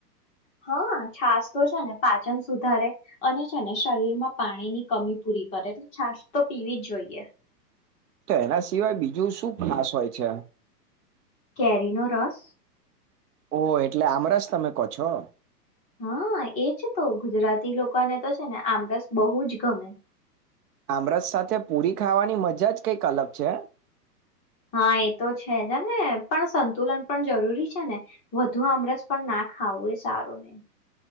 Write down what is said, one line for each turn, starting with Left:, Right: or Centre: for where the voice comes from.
Left: હા છશ તો છે ને પાચન સુધારે અને છે ને શરીર માં પાણી ની કમી પૂરી કરે એટલે છશ તો પીવી જ જોઈએ
Right: તો એના સિવાય બીજું શું ખાસ હોય છે
Left: કેરિનોો રસ
Right: ઓહ એટલે આમરા જ તમે કહો છો
Left: હા એજ તો ગુજરાતી લોકોને તો છે ને આમ બસ બહુ જ ગમે
Right: આમ્રત સાથે પૂરી ખાવાની મજા જ કઈક અલગ છે
Left: હા એ તો છે જને પણ સંતુલન પણ જરૂરી છે ને વધુ આમરસ પણ ના ખાવું એ સારું નહી